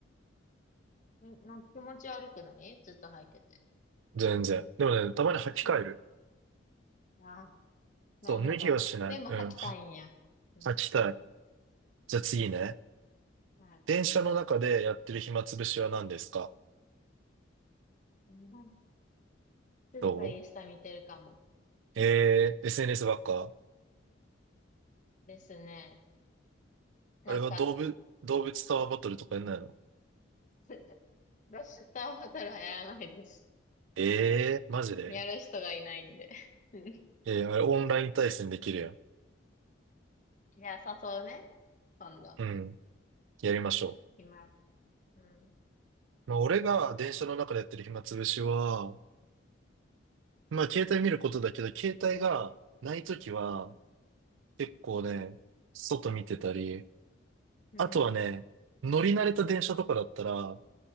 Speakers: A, on the left; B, on the right.
A: え。え、なんか気持ち悪くないずっと履いてて。
B: う。全然。でもね、たまに履き替える。
A: うんああ、なるほど。
B: そう、脱ぎはしない。
A: でも履きたいんや。
B: うん。は
A: うん。
B: 履きたい。じゃあ次ね。
A: はい。
B: 電車の中でやってる暇つぶしは何ですか
A: うんずっとインスタ見てるかも。
B: どうえー、SNS ばっか
A: ですね。なんか、
B: あれは動物、動物タワーバトルとかやんないの
A: <laughs> ロスターボトルはやらないです。
B: えー、マジで
A: やる人がいないんで。うん
B: えー、あれオンライン対戦できるやん。
A: いや、誘うね。今度。
B: うん、やりましょ
A: 今、うん、
B: う。まあ、俺が電車の中でやってる暇つぶしは、まあ、携帯見ることだけど、携帯がないときは、
A: うん、
B: 結構ね、外見てたり、
A: うん、
B: あとはね、乗り慣れた電車とかだったら、